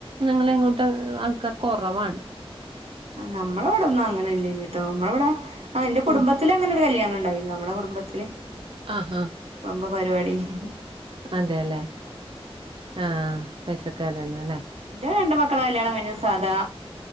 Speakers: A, on the right; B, on the right.
A: ഞങ്ങള ഇങ്ങോട്ട് ആൾക്കാര്ക്കൊറവാണ്.
B: ആഹ് നമ്മളവിടൊന്നങ്ങനെല്ലേനി ട്ടോ നമ്മളെവടെ ആഹ് ഇന്റെ കുടുംബത്തില്
A: ഉം
B: അങ്ങനൊരു കല്യാണണ്ടായിന്നു അമ്മളെ കുടുംബത്തില്
A: ആഹാ
B: മ്പപ പരിവാട്യേനി.
A: അതെല്ലേ ആഹ പൈസക്കാരെന്നുല്ലേ
B: ഇന്റെ രണ്ട് മക്കളാ കല്യാണം കഴിഞ്ഞു സാധാ